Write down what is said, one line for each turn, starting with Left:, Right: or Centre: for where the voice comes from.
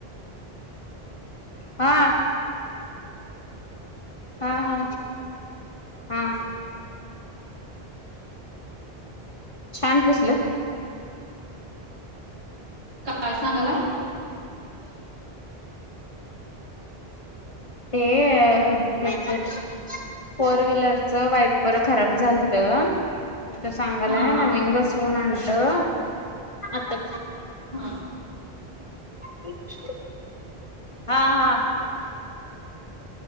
Left: हा. हा हा. हा. छान पुसलं.
Right: काय सांगालाय?
Left: ते त्याच फोर व्हीलरचं वायपर खराब झालत. म ते सांगालाय
Right: हा हा
Left: नवीन बसऊन आणल आता
Right: हा.
Left: अच <inaudible> हा हा.